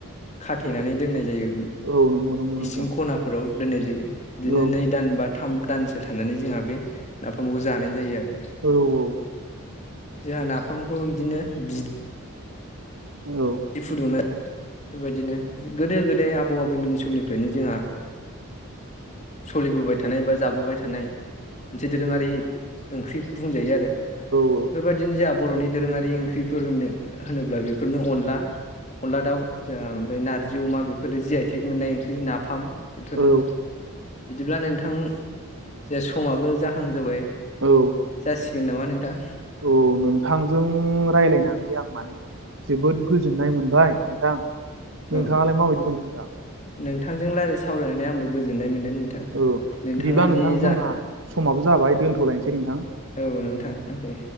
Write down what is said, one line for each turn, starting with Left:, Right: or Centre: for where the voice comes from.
Left: खाथेनानै दोननाय जायो
Right: औ नंगौ नंगौ नोंथां
Left: इसिं खनाफोराव दोननाय जायो बिदिनो
Right: औ
Left: नै दान बा थाम दानस गो थानानै जोंहा बे नाफामखौ जानाय जायो आरो
Right: रौ
Left: जोंहा नाफामखौ बिदिनो बि
Right: औ
Left: फुदुंनाय बेबायदिनो गोदो गोदाय आबौ आबैमोननि समनिफ्रायनो जोंहा सोलिबोबाय थानाय बा जाबोबाय थानाय मोनसे दोरोङारि ओंख्रि बुंजायो आरो
Right: औ
Left: बेफोरबायदि बिदिनो जोंहा बर'नि दोरोङारि ओंख्रिफोरो होनोब्ला बेफोरनो अनला अनदला दाउ ओमफ्राय नारजि अमा बेफोरो जि आइथेग मोननाय ओंख्रि नाफाम बेफोरो
Right: औ
Left: बिदिब्ला नोंथां जे समाबो जाहां जाबाय
Right: औ
Left: जासिगोन नामा नोंथां
Right: औ नोंथांजों रायज्लायनानै आं माने जोबोद गोजोननाय मोनबाय नोंथां नोंथाङालाय
Left: औ
Right: माबायदि मोनदों नोंथां
Left: नोंथांजों रायज्लाय सावरायनानै आंबो गोजोननाय मोनदों नोंथां
Right: औ
Left: नोंथाङा
Right: बिदिब्ला नोंथां
Left: जि
Right: जोंहा
Left: जा
Right: समाबो जाबाय दोनथ'लायनोसै नोंथां
Left: औ नोंथां दे